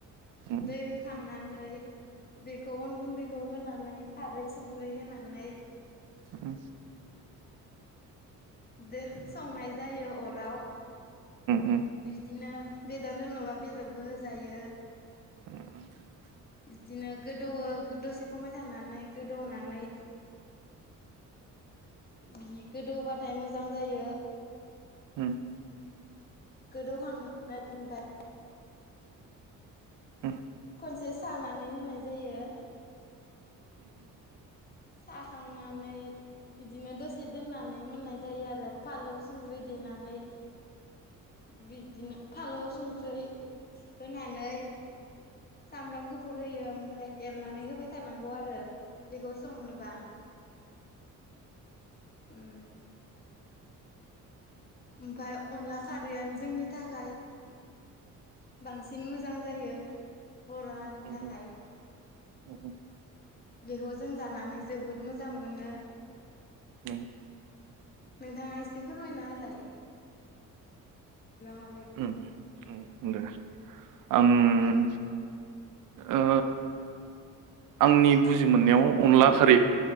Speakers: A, on the right (about 75°); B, on the left (about 30°).
A: उम
B: दै होखांनानै बेखौ अन गुन्दैखौ होनानै खारै संख्रि होनानै
A: <inaudible>
B: दो संनाय जायो अराव
A: उम नंगौ उम
B: बिदिनो बेदर होनोबा बेदरबो होजायो
A: <inaudible>
B: बिदिनो गोदौवो दसे खमाय थानानै गोदौनानै बि गोदौबाथाय मोजां जायो
A: ओम
B: गोदौखांनानै ओमफाय
A: उम
B: खनसे सानानै होनाय जायो साखांनानै बिदिनो दसे दोननानै मोननाय जायो, आरो फालौ-संख्रि देनानै बिदिनो फालौ-संख्रै होनानै सामब्राम गुफुर होयो। ओमफ्राय एरनानै होबाय थानांगौ आरो बेखौ संनोबा उम ओमफाय अनला खारैआनो जोंनि थाखाय बांसिन मोजां जायो। बर' हारिनि
A: उम
B: थाखाय
A: <inaudible>
B: बेखौ जों जानानै जोबोद मोजां मोनो
A: नोंगौ
B: नोंथाङा एसे फोरमायना हालाय। माबायदि
A: उम नंगौ‌ दे। आं उम ओ आंनि बुजि मोननायाव अनला खारै,